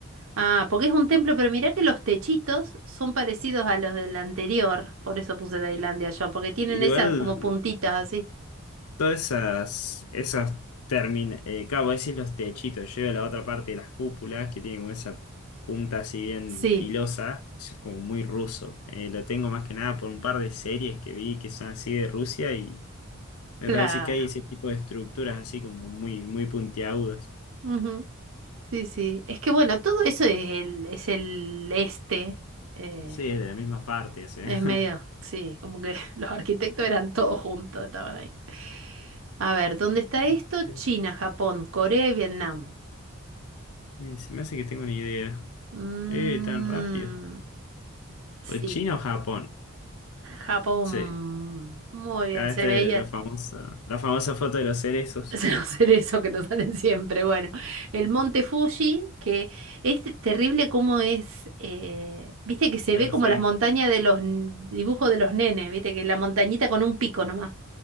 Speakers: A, on the right; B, on the left.
A: Ah, porque es un templo, pero mirá que los techitos son parecidos a los del anterior, por eso puse Tailandia
B: I-
A: yo, porque tienen
B: Igual
A: esas como puntitas así.
B: Todas esas, esas termin, eh, claro, vos decís los techitos, yo digo la otra parte de las cúpulas que tiene como esa punta así bien
A: Sí,
B: filosa, es como muy ruso. Eh, lo tengo más que nada por un par de series que vi que son así de Rusia y me
A: claro.
B: parece que hay ese tipo de estructuras así como muy, muy puntiagudas.
A: Ujú, Sí, sí. Es que bueno, todo eso es el, es el este. eh,
B: Sí, es de la misma parte, o sea.
A: es medio, sí, como que <laughs> los arquitectos eran todos juntos, estaban ahí. A ver, ¿dónde está esto?
B: <laughs>
A: China, Japón, Corea y Vietnam.
B: Bien, se me hace que tengo una idea.
A: Mm,
B: Eh, tan rápido.
A: sí,
B: O China o Japón.
A: Japón.
B: Sí,
A: Muy bien,
B: acá
A: se
B: este,
A: veía.
B: la famosa, la famosa foto de los cerezos.
A: <laughs> Será hacer eso que nos salen siempre. Bueno, el Monte Fuji, que es terrible como es, eh, viste que se
B: Perfecto.
A: ve como las montañas de los n- dibujos de los nenes, viste que la montañita con un pico nomás,